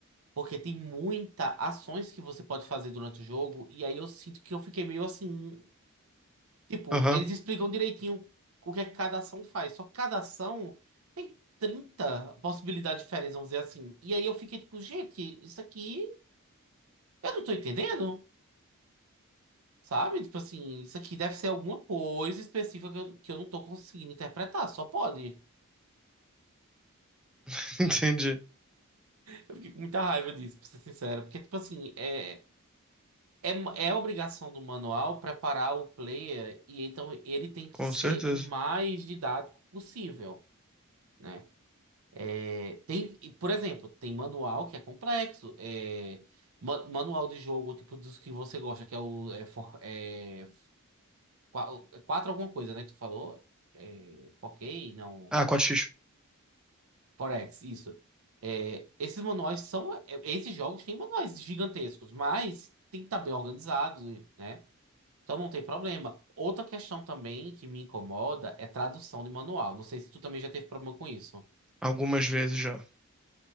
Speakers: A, on the right (about 70°); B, in the centre.
A: Porque tem muita ações que você pode fazer durante o jogo. E aí eu sinto que eu fiquei meio assim. Tipo,
B: Aham,
A: eles explicam direitinho o que é que cada ação faz. Só que cada ação tem 30 possibilidades diferentes, vamos dizer assim. E aí eu fiquei tipo, gente, isso aqui eu não tô entendendo, sabe? Tipo assim, isso aqui deve ser alguma coisa específica que eu, que eu não tô conseguindo interpretar, só pode. <laughs>
B: <laughs> entendi.
A: Eu fiquei com muita raiva disso, pra ser sincero. Porque, tipo assim, é, é, é obrigação do manual preparar o player e então ele tem que
B: Com
A: ser
B: certeza.
A: o mais didático possível. né? É, tem, e, por exemplo, tem manual que é complexo. é, ma- manual de jogo, tipo, dos que você gosta, que é o. É, for- é, qua- é quatro alguma coisa, né? Que tu falou. É, ok, não.
B: Ah, 4x.
A: Forex, isso. É, esses manuais são. é, Esses jogos têm manuais gigantescos, mas tem que estar bem organizados, né? Então não tem problema. Outra questão também que me incomoda é tradução de manual. Não sei se tu também já teve problema com isso.
B: Algumas vezes já.